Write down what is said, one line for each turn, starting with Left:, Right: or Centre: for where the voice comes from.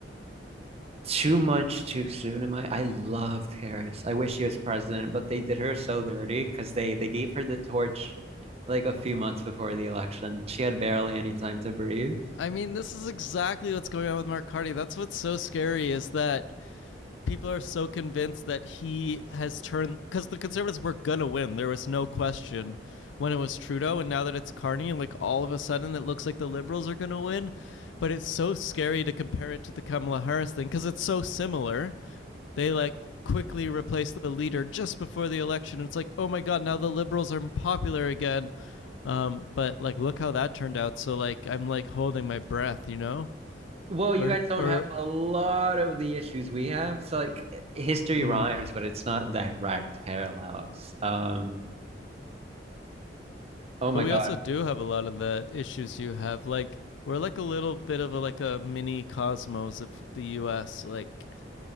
Right: too much too soon. Am I? I loved Harris. I wish she was president, but they did her so dirty because they they gave her the torch like a few months before the election. She had barely any time to breathe.
Left: I mean, this is exactly what's going on with Mark Carty. That's what's so scary is that people are so convinced that he has turned because the conservatives were gonna win there was no question when it was trudeau and now that it's carney like all of a sudden it looks like the liberals are gonna win but it's so scary to compare it to the kamala harris thing because it's so similar they like quickly replaced the leader just before the election it's like oh my god now the liberals are popular again um, but like look how that turned out so like i'm like holding my breath you know
Right: Well, you
Left: or
Right: guys don't
Left: or
Right: have a lot of the issues we have. So like history
Left: mm,
Right: rhymes, but it's not direct parallels. Um, oh my
Left: But we
Right: God.
Left: also do have a lot of the issues you have. Like we're like a little bit of a, like a mini cosmos of the U.S. Like